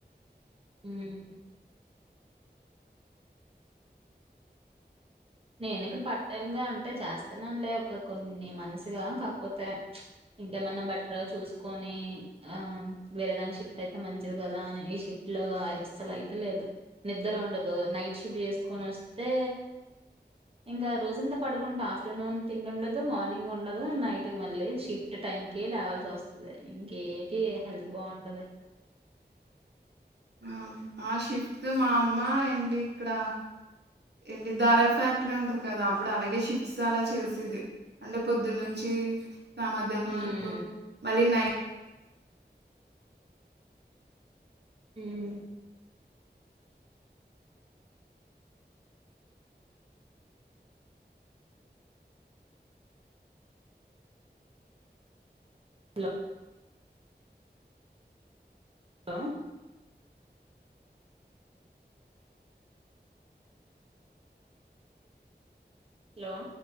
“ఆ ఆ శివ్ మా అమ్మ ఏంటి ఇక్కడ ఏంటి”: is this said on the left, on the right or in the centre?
Right